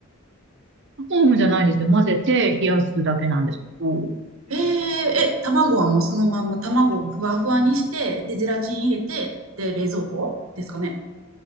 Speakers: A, on the right (about 60°); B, on the right (about 80°).
A: オーブンじゃないんですよ。混ぜて冷やすだけなんですけど。
B: えー、え、卵はもうそのまんま卵をふわふわにして、で、ゼラチン入れて、で、冷蔵庫ですかね。